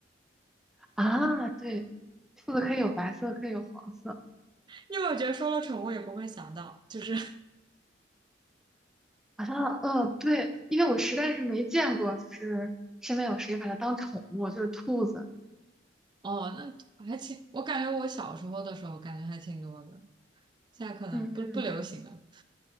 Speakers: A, in the centre; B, on the right.
A: 啊，对，兔子可以有白色，可以有黄色，
B: 因为我觉得说了宠物也不会想到，就是 <laughs>
A: 好像呃对，因为我实在是没见过，就是身边有谁把它当宠物，就是兔子。
B: 哦，那还挺，我感觉我小时候的时候感觉还挺多的，现在可能不不流行了。
A: 嗯嗯，